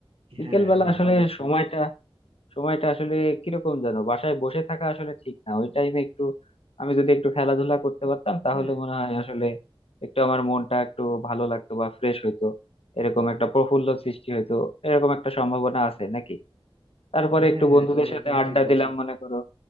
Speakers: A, on the left; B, on the right.
A: বিকেল
B: হ্যাঁ
A: বেলা
B: হ্যাঁ
A: আসলে
B: অবশ্যই
A: সময়টা সময়টা আসলে কিরকম যেন বাসায় বসে থাকা আসলে ঠিক না ওই টাইমে একটু আমি যদি একটু খেলাধুলা করতে পারতাম তাহলে
B: হ্যাঁ
A: মনে হয় আসলে একটু আমার মনটা একটু ভালো লাগতো বা ফ্রেশ হইতো এরকম একটা প্রফুল্ল সৃষ্টি হইতো এরকম একটা সম্ভাবনা আছে নাকি তারপরে
B: হ্যাঁ
A: একটু
B: হ্যাঁ
A: বন্ধুদের
B: তুমি
A: সাথে
B: একদম
A: আড্ডা
B: ঠিক বলছো
A: দিলাম মনে করো